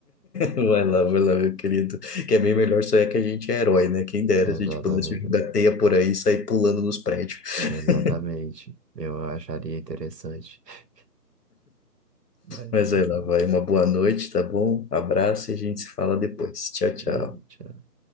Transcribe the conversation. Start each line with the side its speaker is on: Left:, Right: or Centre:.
Left: Vai lá, vai lá, meu querido. Que é bem melhor só é que a gente é herói, né? Quem dera
Right: Exatamente.
Left: se a gente pudesse jogar teia por aí e sair pulando nos prédios.
Right: Exatamente.
Left: <laughs>
Right: Eu acharia interessante. <laughs> Mas,
Left: Mas
Right: mas,
Left: vai lá, vai. Uma boa noite, tá bom? Abraço e a gente se fala depois. Tchau, tchau.
Right: é, tchau.